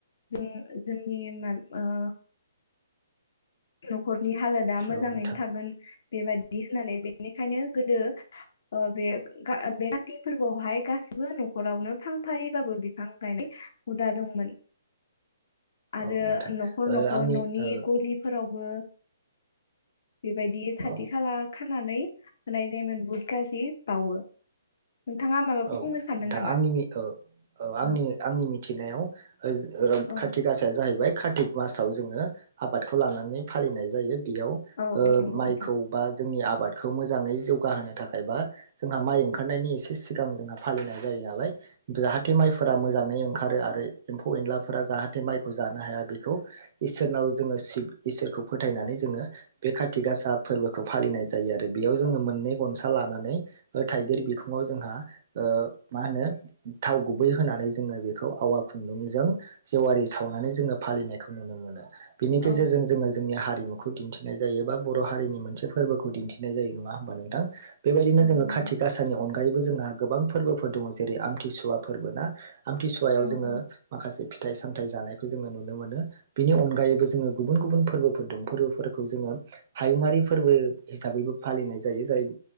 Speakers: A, on the left; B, on the right.
A: जों जोंनि <unintelligible> नखर नि हालोदा मोजाङैनो
B: औ नोंथां
A: थागोन बेबायदि बिदि होननानै बेनिखायनो गोदो ओ बे बे काति फोरबोआवहाय गासिबो न'खरावनो फांफायैबाबो बिफां गायनाय हुदा दंमोन आरो
B: औ नोंथां
A: न'खर
B: ओ
A: न'खर
B: आंनि
A: न'नि
B: ओ
A: गलिफोराव बो बेबायदि साथि
B: औ
A: खाला खा होननानै होनाय जायोमोन बुहुत गाज्रि बावो नोंथाङा माबाफोर
B: औ
A: बुंनो सानदों
B: दा
A: नामा?
B: आंनि नि ओ ओ आंनि
A: औ
B: आंनि मिथिनायाव ओ ओ
A: औ
B: काति गासाया जाहैबाय कातिक मासाव जोङो आबादखौ लानानै फालिनाय जायो बेयाव
A: औ
B: ओ
A: औ नंगौ
B: माइखौ
A: नोंथां।
B: बा जोंनि आ बादखौ मोजाङै जौगाहोनो थाखाय बा जोंहा माइ ओंखारनायनि एसे सि गां जोंहा फालिनाय जायो नालाय जाहाथे माइफोरा मोजाङै ओंखारो आरो एम्फौ एनलाफोरा जाहाथे माइखौ जानो हाया बेखौ इसोरनाव जोङो इसोरखौ फोथायनानै जोङो बे काति गासा फोरबोखौ फालिनाय जायो आरो बेयाव जोङो मोननै गनसा लानानै थाइगिर बिखुङाव जोंहा ओ माहोनो थाव गुबै होनानै जोङो बेखौ आवा खुन्दुंजों जेवारि सावनानै जोङो फालिनायखौ नुनो मोनो बिनि
A: औ
B: गेजेरजों जोङो जोंनि हारिमुखौ दिन्थिनाय जायो बा बर' हारिनि मोनसे फोरबोखौ दिन्थिनाय जायो नङा हबा नोंथां? बेबायदिनो जोङो
A: नंगौ
B: खाथि गासानि अन ओगायबो जोंहा गोबां फोरबोफोर दङ जेरै आमथिसुवा फोरबो ना आमथिसुवायाव
A: औ
B: जोङो
A: औ
B: माखासे फिथाइ सामथाइ जानायखौ जोङो नुनो मोनो बेनि अनगायैबो जोङो गुबुन गुबुन फोरबोफोर दं फोरबोफोरखौ जोङो हायुङारि फोरबो हिसाबैबो फालिनाय जायो जाय